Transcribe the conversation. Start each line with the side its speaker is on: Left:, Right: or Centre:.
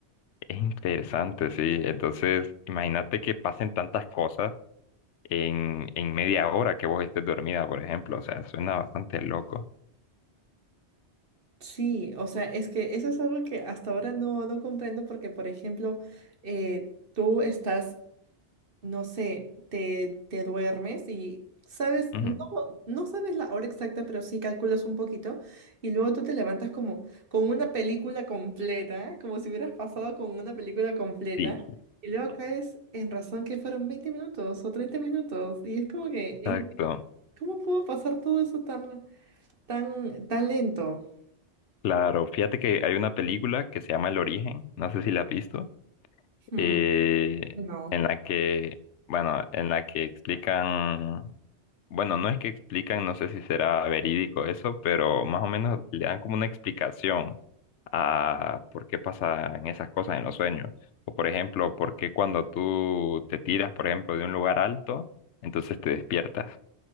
Left: Es interesante, sí. Entonces, imagínate que pasen tantas cosas en, en media hora que vos estés dormida, por ejemplo. O sea, suena bastante loco.
Right: Sí, o sea, es que eso es algo que hasta ahora no, no comprendo porque, por ejemplo, eh, tú estás no sé, te, te duermes y sabes,
Left: Ujú,
Right: no, no sabes la hora exacta, pero sí calculas un poquito y luego tú te levantas como con una película completa, como si hubieras pasado con una película completa
Left: Sí,
Right: y luego caes en razón que fueron 20 minutos o 30 minutos y es como que, ¿en,
Left: exacto.
Right: cómo pudo pasar todo eso tan, tan, tan lento?
Left: Claro, fíjate que hay una película que se llama El Origen, no sé si la has visto,
Right: Hmm,
Left: eh,
Right: no.
Left: en la que, bueno, en la que explican Bueno, no es que explican, no sé si será verídico eso, pero más o menos le dan como una explicación a por qué pasan esas cosas en los sueños. O por ejemplo, por qué cuando tú te tiras, por ejemplo, de un lugar alto, entonces te despiertas.